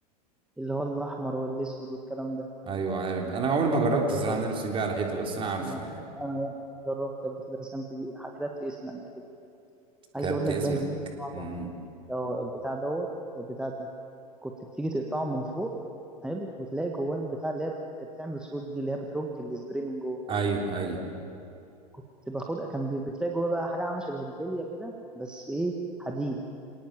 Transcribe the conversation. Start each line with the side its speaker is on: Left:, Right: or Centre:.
Centre: اللي هو الاحمر والاسود والكلام ده
Right: ايوه عارف انا عمري ما جربت الزراعه
Centre: كان
Right: ان
Centre: في-
Right: انا ارسم بيها على حيطه بس انا عارفه
Centre: لا
Right: يعني
Centre: انا جربت قبل كده رسمت بيه كتبت اسمي قبل كده عايز
Right: كتبت
Centre: اقول لك
Right: اسمك
Centre: بقى يا زميلي البتاع ده
Right: امم
Centre: اه البتاع دوت البتاع ده كنت بتيجي تقطعه من فوق حلو وتلاقي جواه البتاع اللي هي بت- بتعمل صوت دي اللي هي بترج السبراي من جوه
Right: ايوه ايوه
Centre: كنت باخدها كان بي- بتلاقي جواه بقى حاجه عامله شبه البليه كده بس ايه حديد